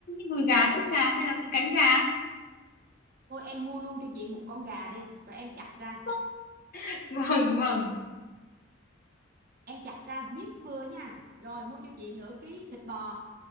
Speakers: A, on the left; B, on the right.
A: đùi gà ức gà hay là cái cánh gà
B: thôi em mua luôn cho chị một con gà đi rồi em chặt ra
A: <laughs> vâng vâng
B: em chặt ra miếng vừa nha rồi mua cho chị nửa ký thịt bò